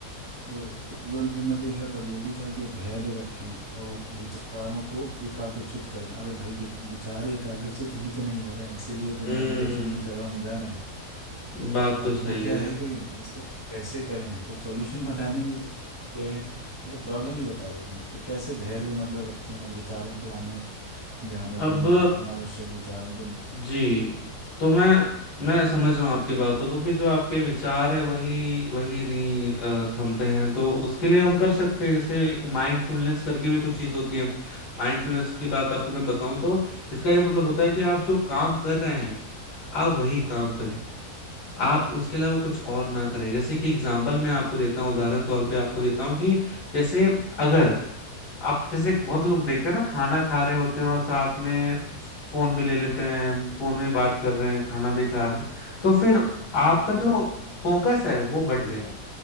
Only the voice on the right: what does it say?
तो गूगल पे मैं देख रहा था, तब ये भी था कि धैर्य रखें और विचारों को एकाग्रचित करें अरे भाई विक- विचार एकाग्रचित ही तो नहीं हो रहे हैं इसीलिए तो
मेडिटेशन की शरण में जा रहे हैं
अब
वो
क्या
है कि उसको कैसे करें तो सॉल्यूशन <laughs> बताने की जगह वो तो प्रॉब्लम ही बता रहे हो तुम तो कैसे धैर्य मतलब रखें और विचारों को आने जाने दें
अब अनावश्यक विचारों को
हम्म,